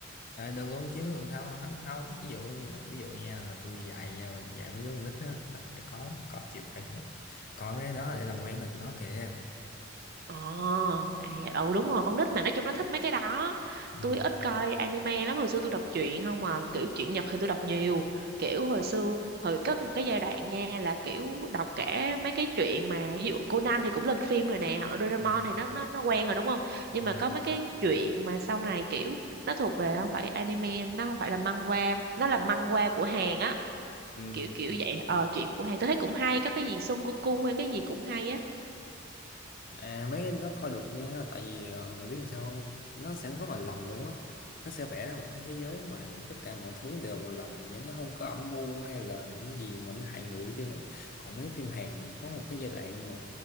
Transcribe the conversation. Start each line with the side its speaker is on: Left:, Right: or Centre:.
Left: à, được luôn chứ làm sao không, không. ví dụ như- ví dụ nha là tôi đi dạy nha, dạy mấy đứa con nít á là phải có có chịu phải coi mấy cái đó để làm quen là tụi nó kìa
Right: Ờ, à, dạ, ừ đúng rồi, con nít mà nói chung nó thích mấy cái đó.
Left: ừ
Right: Tôi ít coi anime lắm, hồi xưa tôi đọc truyện không mà, kiểu truyện Nhật thì tôi đọc nhiều. Kiểu hồi xưa, hồi có một cái giai đoạn nha là kiểu đọc cả mấy cái truyện mà ví dụ Conan thì cũng lên phim rồi nè, hoặc là Doraemon
Left: ừ
Right: thì nó nó nó quen rồi đúng không? Nhưng
Left: ừ
Right: mà có mấy cái truyện mà sau này kiểu nó thuộc về không phải anime, nó không phải là manhwa, nó là manhwa của Hàn á,
Left: ừ
Right: kiểu kiểu vậy. Ờ truyện của Hàn tôi thấy cũng hay, có cái gì Son Goku hay cái gì cũng hay á.
Left: À, mấy anh nó coi được nha tại vì ờ, mày biết làm sao không nó sẽ rất là lành luôn á nó sẽ vẽ ra một cái thế giới mà tất cả mọi thứ đều lành nhưng nó không có âm mưu hay là những gì mà nó hại người chứ còn mấy phim Hàn có một cái giai đoạn mà